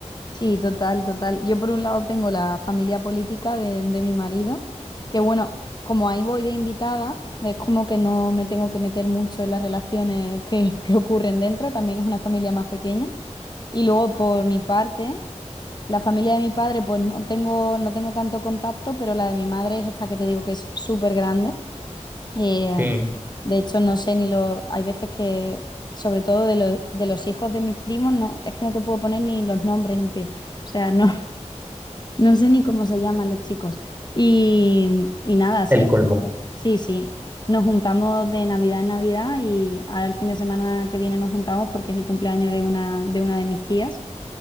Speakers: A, on the left; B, on the right.
A: Sí, total, total. Yo por un lado tengo la familia política de, de mi marido, que bueno, como ahí voy de invitada, es como que no me tengo que meter mucho en las relaciones que, <laughs> que ocurren dentro, también es una familia más pequeña. Y luego por mi parte, la familia de mi padre, pues no tengo, no tengo tanto contacto, pero la de mi madre es esta que te digo que es súper grande. Eh,
B: Sí.
A: de hecho, no sé ni lo. Hay veces que, sobre todo de, lo- de los hijos de mis primos, no, es que no te puedo poner ni los nombres en pie. O sea, no, <laughs> no sé ni cómo se llaman los chicos. Y, y nada, sí,
B: El colmo.
A: sí, sí. Nos juntamos de Navidad en Navidad y ahora el fin de semana que viene nos juntamos porque es el cumpleaños de una, de una de mis tías.